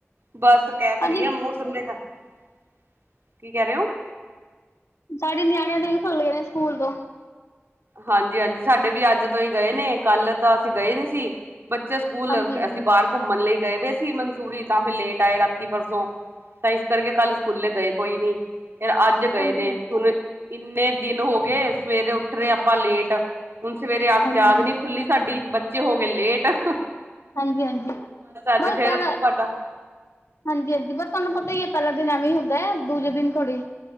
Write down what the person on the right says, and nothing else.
ਬਸ ਕਹਿ ਤਾਂ
ਰਹੀ ਆ ਮੌਸਮ ਦੇ ਕੀ ਕਹਿ ਰਹੇ ਹੋ।
ਹਾਂਜੀ -ਹਾਂਜੀ ਸਾਡੇ ਵੀ ਅੱਜ ਤੋਂ ਹੀ ਗਏ ਨੇ ਕੱਲ ਤਾਂ ਅਸੀਂ ਗਏ ਨੀ ਸੀ। ਬੱਚੇ ਸਕੂਲ
ਅਸੀਂ ਬਾਹਰ ਘੁੰਮਣ ਲਈ ਗਏ ਵਏ ਅਸੀ ਮਨਸੂਰੀ ਤਾਂ ਫਿਰ ਲੇਟ ਆਏ ਰਾਤੀ ਪਰਸੋਂ ਤਾਂ ਇਸ ਕਰਕੇ ਕੱਲ ਸਕੂਲੇ ਗਏ ਕੋਈ ਨੀ ਫਿਰ ਅੱਜ ਗਏ
ਨੇ ਹੁਣ ਇੰਨੇ ਦਿਨ ਹੋ ਗਏ ਸਵੇਰੇ ਉੱਠ ਰਹੇ ਆਪਾਂ ਲੇਟ ਹੁਣ ਸਵੇਰੇ ਅੱਖ
ਜਾਗ ਨੀ ਖੁੱਲੀ ਸਾਡੀ ਬੱਚੇ ਹੋ ਗਏ ਲੇਟ <inaudible>
ਅੱਜ
ਫੇਰ
ਫਟਾ